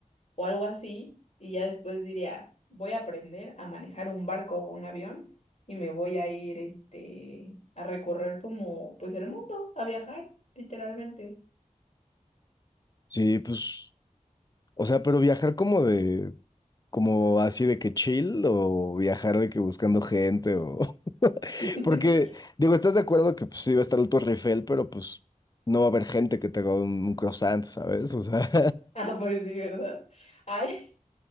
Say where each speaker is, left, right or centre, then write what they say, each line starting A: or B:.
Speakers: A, on the left (about 55°); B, on the left (about 30°).
A: o algo así, y ya después diría, voy a aprender a manejar un barco o un avión y me voy a ir este a recorrer como pues el mundo, a viajar, literalmente.
B: sí, pues, o sea, pero viajar como de, como así de que chill o viajar de que buscando gente o, <laughs>
A: <laughs>
B: porque, digo, estás de acuerdo que pues sí va a estar el Torre Eiffel, pero pues no va a haber gente que te haga un, un croissant, ¿sabes? O sea,
A: Ah, pues sí, ¿verdad? Ay,